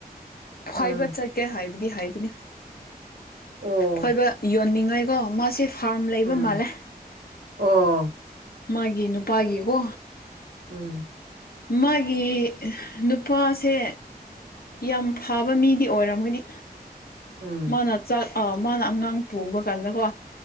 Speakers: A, on the right; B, on the left.
A: ꯎꯝ
B: ꯐꯣꯢꯕ ꯆꯠꯀꯦ ꯍꯥꯏꯕꯗꯤ ꯍꯥꯏꯕꯅꯤ
A: ꯑꯣ
B: ꯐꯣꯏꯕ ꯌꯣꯟꯅꯤꯡꯉꯥꯏꯀꯣ ꯃꯥꯁꯦ ꯐꯥꯔꯝ ꯂꯩꯕ
A: ꯎꯝ
B: ꯃꯥꯜꯂꯦ
A: ꯑꯣ
B: ꯃꯥꯒꯤ ꯅꯨꯄꯥꯒꯤꯀꯣ
A: ꯎꯝ
B: ꯃꯥꯒꯤ ꯅꯨꯄꯥꯁꯦ ꯌꯥꯝ ꯐꯕ ꯃꯤꯗꯤ ꯑꯣꯏꯔꯝꯒꯅꯤ
A: ꯎꯝ
B: ꯃꯥꯅ ꯆꯥꯛ ꯃꯥꯅ ꯑꯉꯥꯡ ꯄꯨꯕ ꯀꯥꯟꯗꯀꯣ